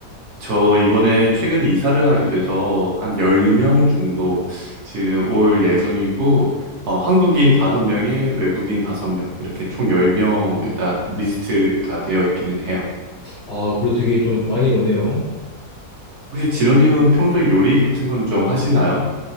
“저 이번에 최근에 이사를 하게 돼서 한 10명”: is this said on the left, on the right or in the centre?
Right